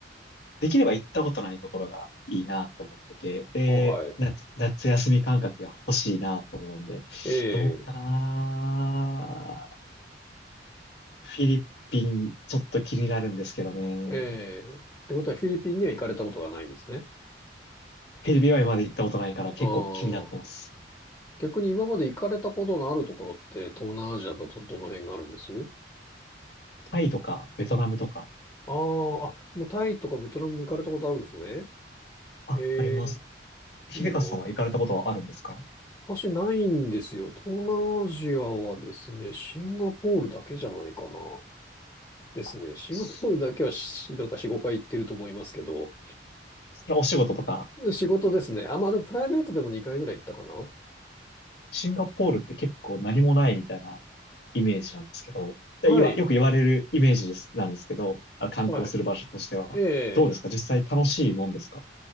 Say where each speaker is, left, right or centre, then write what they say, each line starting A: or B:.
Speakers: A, on the left; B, on the left.
A: できれば行ったことないところがいいなと思ってて、で、
B: あ、はい。
A: 夏、夏休み感覚が欲しいなと思うんで、
B: ええ、
A: どうかなフィリピン、ちょっと気になるんですけどね。
B: ええ。ってことはフィリピンには行かれたことがないんですね。
A: フィリピンは今まで行ったことないから結構気になってます。
B: ああ。逆に今まで行かれたことのあるところって東南アジアだとどの辺があるんです
A: タイとか、ベトナムとか。
B: ああ、あ、もうタイとかベトナムも行かれたことあるんですね。
A: あ、
B: ええ、
A: あります。秀和さんは行かれたことはあるんですか
B: いいな。私ないんですよ。東南アジアはですね、シンガポールだけじゃないかな。ですね。
A: あ、
B: シンガポールだけはしなんか4、
A: そ
B: 5回行ってると思いますけど、
A: それはお仕事とか
B: 仕事ですね。あ、まあでもプライベートでも2回ぐらい行ったかな。
A: シンガポールって結構何もないみたいなイメージなんですけど、で言わよく言われるイメージです、
B: はい。
A: なんですけど、あの観光する場所としては。
B: はい。え
A: どうですか実際楽しいもんですか
B: え。